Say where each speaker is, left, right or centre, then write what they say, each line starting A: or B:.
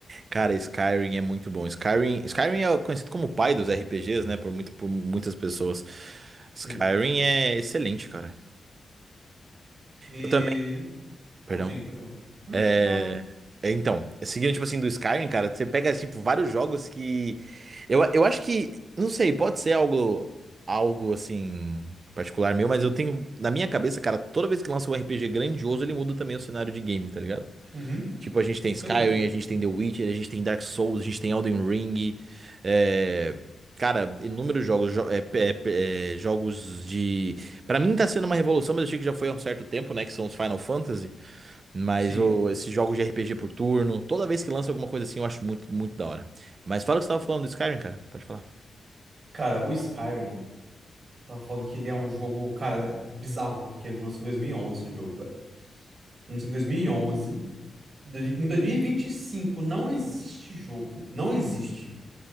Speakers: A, on the right; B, on the right.
A: Cara, Skyrim é muito bom. Skyrim, Skyrim é conhecido como o pai dos RPGs, né? Por muito, por muitas pessoas. Skyrim
B: Sim.
A: é excelente, cara.
B: E
A: Eu também. Perdão.
B: Po- Sim, pode falar. Hum,
A: É...
B: pode falar.
A: é, Então, seguindo, tipo assim, do Skyrim, cara, você pega, tipo, vários jogos que. Eu, eu acho que. Não sei, pode ser algo. Algo assim. Particular meu, mas eu tenho. Na minha cabeça, cara, toda vez que lança um RPG grandioso, ele muda também o cenário de game, tá ligado?
B: Uhum,
A: Tipo, a gente tem
B: com
A: Skyrim,
B: certeza.
A: a gente tem The Witcher, a gente tem Dark Souls, a gente tem Elden Ring. é, Cara, inúmeros jogos, jo- é, é, é, jogos de. Pra mim tá sendo uma revolução, mas eu achei que já foi há um certo tempo, né? Que são os Final Fantasy. Mas
B: Sim.
A: ô, esses jogos de RPG por turno, toda vez que lança alguma coisa assim, eu acho muito, muito da hora. Mas fala o que você tava falando do Skyrim, cara. Pode falar.
B: Cara, o Skyrim, eu tava falando que ele é um jogo, cara, é bizarro, porque ele lançou em 2011 esse jogo, velho. Lançou em 2011. Dois- Em 2025 não existe jogo, não existe,